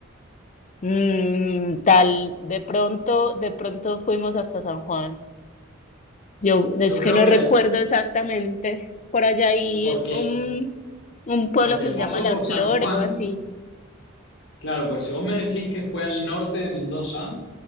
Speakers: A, on the left; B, on the left.
A: mm, tal, de pronto, de pronto fuimos hasta San Juan. Yo es
B: Yo creo
A: que no
B: que
A: recuerdo exactamente. Por allá hay
B: porque,
A: un, un pueblo
B: porque
A: que
B: el
A: se
B: paso
A: llama Las
B: por San
A: Flores,
B: Juan
A: algo así.
B: Claro, porque si vos me decís que fue al norte de Mendoza,